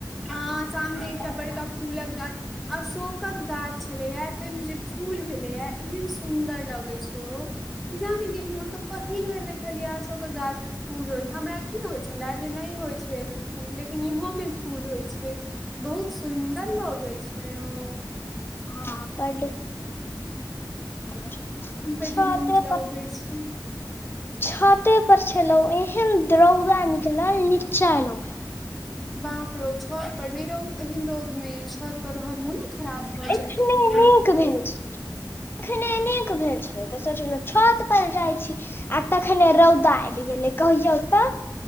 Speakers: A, in the centre; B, on the left.
A: हाॅं सामने एकटा बड़का फूलक गाछ अशोकक गाछ छले ये ताहि में जे फूल भेलय ये ऐहेन सुन्दर लगय छै ओ किजान गेलिये हम ते पहिल बेर देखलिये आशोकाक गाछ मे फूल होयत, हमरा की होय छल छला जे नहि होइ छै ऐहिमे फुल लेकिन इहो मे फूल होइ छै। बहुत सुन्दर लऽगय छै ओ।
B: हाॅं बड <unintelligible>
A: बडी
B: छते
A: नीक लऽगै छै।
B: छऽते पर छलौं एहेन दरौवा निकलल नीचा एलो हऽ
A: बाप रौ ओ छऽत पर नहि रहु एहन रौद में छऽत पर रहब मोने खराब भऽ
B: ऐखने
A: जायत एखने
B: निक
A: अहाँके
B: भेल छी। ऐखने नीक भेल छलय तऽ सोचलहुॅं छऽत पर जाइ छी आ तखने रौदा आबि गेलय कहयौ तऽ।